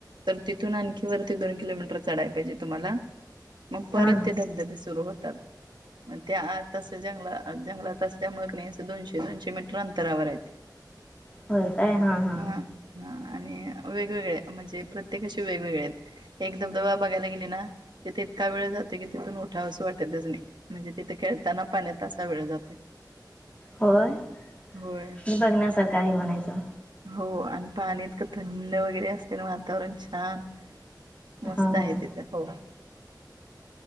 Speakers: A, on the right; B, on the left.
A: तर तिथून आणखी वरती दोन किलोमीटर चढाय पाहिजे तुम्हाला. मग परत
B: हा
A: ते धबधबे सुरू होतात. मग त्यातसं जंगला जंगलात असल्यामुळं नाही असं दोनशे दोनशे मीटर अंतरावर आहेत.
B: होताय हा.
A: हा हा आणि वेगवेगळे म्हणजे प्रत्येकाशी वेगवेगळे आहेत. एक धबधबा बघायला गेले ना तिथ इतका वेळ जातो की तिथून उठा असं वाटतच नाही. म्हणजे तिथे खेळताना पाण येत अससा वेळ जाते.
B: होय मी
A: होय.
B: बघण्यासारखाही म्हणायचं.
A: हो आणि पाणी इतकं थंड वगैरे असते ना वातावरण छान. मस्त
B: हा
A: आहे
B: हा
A: तिथं हो.